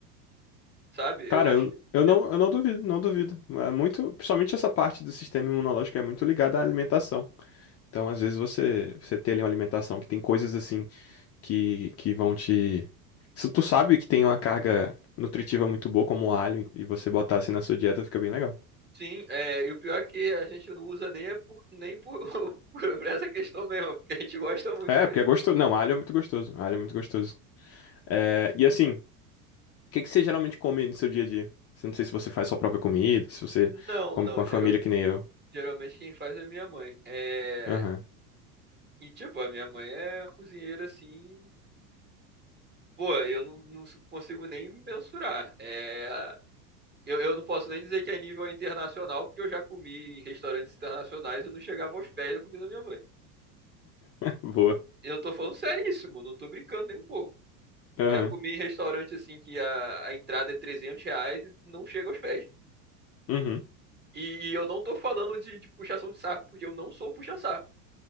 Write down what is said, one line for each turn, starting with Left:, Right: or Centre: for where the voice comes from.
Right: sabe? Eu
Left: Cara,
Right: acho
Left: eu,
Right: que
Left: eu
Right: tem
Left: não,
Right: algum...
Left: eu não duvido, não duvido. É muito, principalmente essa parte do sistema imunológico é muito ligada à alimentação. Então, às vezes, você, você ter ali uma alimentação que tem coisas assim que, que vão te. Se tu sabe que tem uma carga nutritiva muito boa, como o alho, e você botar assim na sua dieta, fica bem legal.
Right: Sim, é, e o pior é que a gente não usa nem, é por, nem por, <laughs> por essa questão mesmo, porque a gente gosta muito
Left: É,
Right: mesmo.
Left: porque é gostoso. Não, alho é muito gostoso. Alho é muito gostoso. É, e assim, o que que você geralmente come no seu dia a dia? Eu Não sei se você faz sua própria comida, se você
Right: Não,
Left: come
Right: não,
Left: com a
Right: geralmente,
Left: família que nem eu.
Right: geralmente quem faz é minha mãe. É,
Left: Aham.
Right: e, tipo, a minha mãe é uma cozinheira, assim, Pô, eu não, não consigo nem mensurar. É, eu, eu não posso nem dizer que é nível internacional, porque eu já comi em restaurantes internacionais e não chegava aos pés da comida da minha mãe.
Left: <laughs> Boa.
Right: Eu tô falando seríssimo, não tô brincando nem um pouco.
Left: Aham.
Right: Já comi em restaurante assim que a, a entrada é 300 reais e não chega aos pés.
Left: Uhum.
Right: E, e eu não tô falando de, de puxação de saco, porque eu não sou puxa-saco.